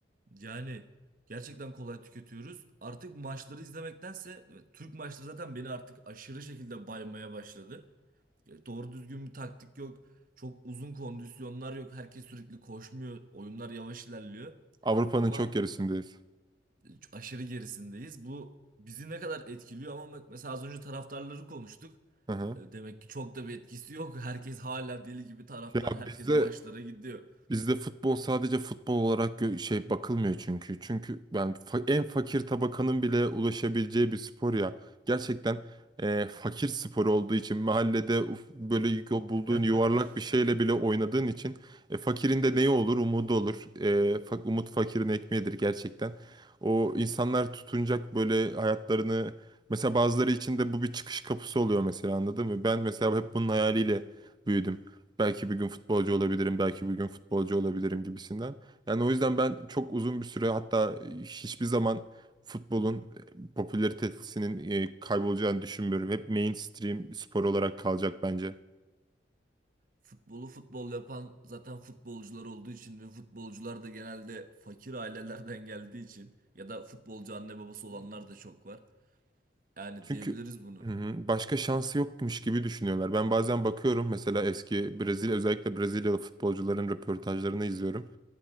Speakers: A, on the right (about 50°); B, on the right (about 25°).
A: Yani gerçekten kolay tüketiyoruz. Artık maçları izlemektense evet, Türk maçları zaten beni artık aşırı şekilde baymaya başladı. E, Doğru düzgün bir taktik yok. Çok uzun kondisyonlar yok. Herkes sürekli koşmuyor. Oyunlar yavaş ilerliyor.
B: Avrupa'nın
A: Ama
B: çok gerisindeyiz.
A: e, aşırı gerisindeyiz. Bu bizi ne kadar etkiliyor ama bak mesela az önce taraftarları konuştuk.
B: Hı hı.
A: E, Demek ki çok da bir etkisi yok. <laughs> Herkes hala deli gibi taraftar.
B: Ya
A: Herkes
B: bizde
A: maçlara gidiyor.
B: Bizde futbol sadece futbol olarak gö- şey bakılmıyor çünkü. Çünkü ben fa- en fakir tabakanın bile ulaşabileceği bir spor ya. Gerçekten e, fakir sporu olduğu için mahallede uf- böyle yu- bulduğun
A: <laughs>
B: yuvarlak bir şeyle bile oynadığın için e, fakirin de neyi olur? Umudu olur. E, fa- umut fakirin ekmeğidir gerçekten. O insanlar tutunacak böyle hayatlarını mesela bazıları için de bu bir çıkış kapısı oluyor mesela anladın mı? Ben mesela hep bunun hayaliyle büyüdüm belki bir gün futbolcu olabilirim, belki bir gün futbolcu olabilirim gibisinden. Yani o yüzden ben çok uzun bir süre hatta hiçbir zaman futbolun e, popülaritesinin e, kaybolacağını düşünmüyorum. Hep mainstream spor olarak kalacak bence.
A: Futbolu futbol yapan zaten futbolcular olduğu için ve futbolcular da genelde fakir ailelerden geldiği için ya da futbolcu anne babası olanlar da çok var. Yani
B: Çünkü
A: diyebiliriz bunu.
B: hı hı, başka şansı yokmuş gibi düşünüyorlar. Ben bazen bakıyorum mesela eski Brezilya özellikle Brezilyalı futbolcuların röportajlarını izliyorum.